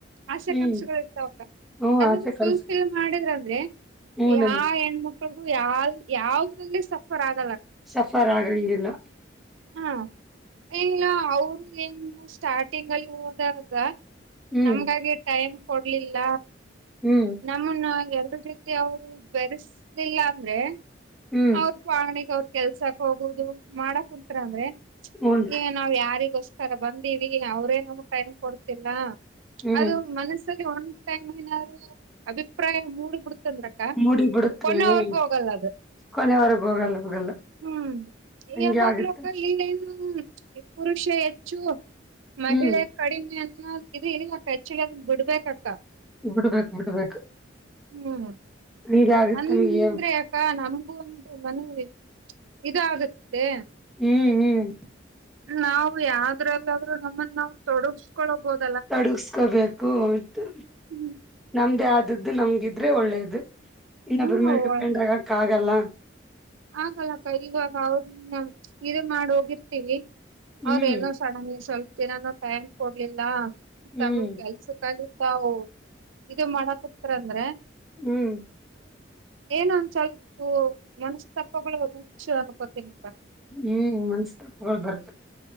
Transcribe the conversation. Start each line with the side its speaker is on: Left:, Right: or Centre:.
Right: ಆಶಾಕಾಂಕ್ಷೆಗಳು
Centre: ಹ್ಮ್
Right: ಇರ್ತಾವಕ್ಕ.
Centre: ಹ್ಮ್
Right: ಅದನ್ನು
Centre: ಆಸೆ
Right: ಫುಲ್
Centre: ಕನ್ಸ
Right: ಫಿಲ್ ಮಾಡಿದ್ರ.
Centre: ಹ್ಮ್
Right: ಯ
Centre: ನಮ್
Right: ಹೆಣ್ಮಕ್ಳಗೂ ಯಾವ ಯಾವದ್ರಲ್ಲಿ ಸಫರ್ ಆಗ.
Centre: ಸಫರ್ ಆಗ್ಲ ಇಿಲ್ಲ.
Right: ಹಾ ಈಗ ಅವರು ಏನ್. ಸ್ಟಾರ್ಟಿಂಗ್ ಅಲ್ಲಿ ಹೋದಾಗ
Centre: ಹ್ಮ್
Right: ನಮ್ಗಾಗಿ ಟೈಮ್ ಕೊಡ್ಲಿಲ್ಲ.
Centre: ಹ್ಮ್
Right: ನಮ್ಮನ್ನ ಎರ ಜೀತಿ ಅವರು ಬೆರೆಸಲಿಲ್ಲ ಅಂದ್ರೆ.
Centre: ಹ್ಮ್
Right: ಅವ್ರ ವಂಗಣಗ್ ಅವ್ರ ಕೆಲ್ಸಕ್ ಹೋಗುದು ಮಾಡಕ್ ಕುಂಂತರ ಅಂದ್ರೆ.
Centre: ಹೂನ್
Right: ಏ ನಾವ್ ಯಾರಿಗೋಸ್ತಾರ ಬಂದಿವವಿ ಅವ್ರೇನ ಟೈಮ್ ಕೊಡ್ತಿಲ್ಲ.
Centre: ಹ್ಮ್
Right: ಅದು ಮನಸ್ಸಲ್ಲಿ ಒಂದ್ ಟೈಮ್ ಏನಾದ್ರು ಅಭಿಪ್ರಾಯ ಮೂಡ್ಬಿಡ್ತಲ್ರ. ಕೊಣ
Centre: ಮೂಡಿ ಬಿಡುತ್ತ ಹ್ಮ್
Right: ಅವರ್ಗೂ ಹೋಗಲ್ಲ ಅದು.
Centre: ಕೊನೆವರೆಗ ಹೋಗಲ್ಲ ಹೋಗಲ್ಲ
Right: ಹ್ಮ್
Centre: ಹಂಗೆ
Right: ಯಾವಾಗ್ಲೋಕ
Centre: ಆಗುತ್ತೆ
Right: ಇಲ್ಲನು. ಹ್ಮ್ ಈ ಪುರುಷ ಹೆಚ್ಚು ಮಹಿಳೆ
Centre: ಹ್ಮ್
Right: ಕಡಿಮೆ. ಇದು ಇ ಹೆಚ್ಚದ ಬಿಡ್ಬೇಕಕ್ಕ.
Centre: ಬಿಡ್ಬೇಕು ಬಿಡ್ಬೇಕು.
Right: ಹ್ಮ್
Centre: ಹಂಗೆ ಆಗುತ್ತೆ
Right: ಅಂದ್ರೆ
Centre: ನಮಗೆ
Right: ಅಕ್ಕ ನಮಗೂ ಒಂದು ಮನವಿ ಇದಾಗುತ್ತೆ.
Centre: ಹ್ಮ್ ಹ್ಮ್.
Right: ನಾವು ಯಾವ್ದ್ರಲ್ಲಾದ್ರೂ ನಮ್ಮನ್ನ ನಾವವು ತೊಡಸ್ಕೊೊಳ್ಳಬಹದು.
Centre: ತೊಡಗಸ್ಕೋಬೇಕು ಉಟು
Right: ಹ್ಮ್
Centre: ನಮ್ದೇ ಆದದ್ದು ನಮ್ಗಿದ್ರೆ ಒಳ್ಳೇದು. ಇನ್ನೊಬ್ಬರ
Right: ಹ್ಮ್
Centre: ಮೇಲೆ ಟುಪ್ೊಂಡ್ರಗಕ್ಕ ಆಗಲ್ಲ.
Right: ಆಗಲ್ಲಕ್ಕ ಇವಾಗ ಅವ್ರನ್ನ ಇದ ಮಾಡ ಹೋಗಿರ್ತೀವಿ.
Centre: ಹ್ಮ್
Right: ಅವ್ರೇನೋ ಸಡನ್ ಸ್ವಲ್ಪ ದಿನಾನೂ ಟೈಮ್ ಕೊಡ್ಲಿಲ್ಲ
Centre: ಹ್ಮ್
Right: ತಮ ಕೆಲ್ಸಕ್ಕಗ. ತಾವು ಇ ಮಾಡಕ್ತಾರ ಅಂದ್ರೆ.
Centre: ಹ್ಮ್.
Right: ಏನಂದ ಸ್ವಲ್ಪ ಮನಸ್ತಪ್ಪಗಳು ಹೆಚ್ಚು ಅನ್ಕೋತೀನಿ ಸರ್.
Centre: ಹ್ಮ ಮನ್ಸ್ತಪಗ ಬರ್ತ.